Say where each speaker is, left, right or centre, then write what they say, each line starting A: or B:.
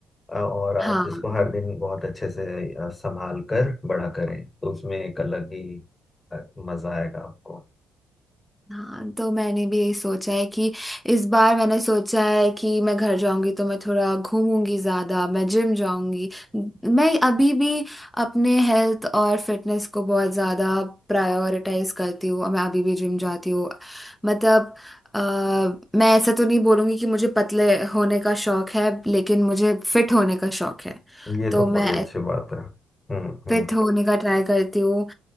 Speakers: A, on the left; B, in the centre.
A: अ, और आप
B: हाँ
A: जिसको हर दिन बहुत अच्छे से अ, संभाल कर बड़ा करें तो उसमें एक अलग ही अ, मजा आएगा आपको
B: हाँ तो मैंने भी यही सोचा है कि इस बार मैंने सोचा है कि मैं घर जाऊंगी तो मैं थोड़ा घूमूंगी ज्यादा मैं जिम जाऊंगी मैं अभी भी अपने हेल्थ और फिटनेस को बहुत ज्यादा प्रायोरिटाइज करती हूँ और मैं अभी भी जिम जाती हूँ मतलब अ, मैं ऐसा तो नहीं बोलूंगी कि मुझे पतले होने का शौक है लेकिन मुझे फिट होने का शौक है
A: ये
B: तो
A: तो
B: मैं
A: बड़ी अच्छी बात है हम्म हम्म
B: फिट होने का ट्राई करती हूँ